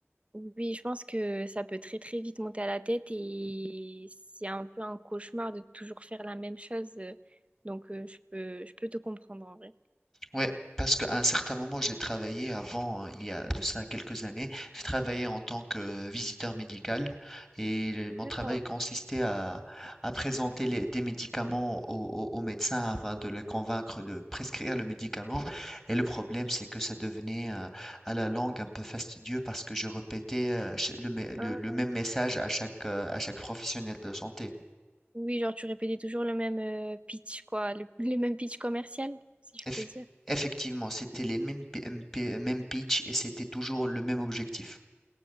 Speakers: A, on the right; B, in the centre.
A: Oui, Oui, je pense que ça peut très très vite monter à la tête et c'est un peu un cauchemar de toujours faire la même chose. Donc euh, je peux je peux te comprendre en vrai.
B: Ouais, parce qu'à un certain moment, j'ai travaillé avant, euh, il y a de ça quelques années, j'ai travaillé en tant que visiteur médical et le- mon
A: D'accord.
B: travail consistait à, à présenter les- des médicaments aux, aux- aux médecins afin de les convaincre de prescrire le médicament. Et le problème, c'est que ça devenait euh, à la longue un peu fastidieux parce que je répétais euh, ch- le, mé- le-
A: Ah,
B: le même message à chaque, euh, à chaque professionnel de santé.
A: Oui, genre tu répétais toujours le même euh, pitch quoi, le, le même pitch commercial, si je
B: Eff-
A: peux dire.
B: Effectivement, c'était les mêmes, p- mêmes pitch et c'était toujours le même objectif.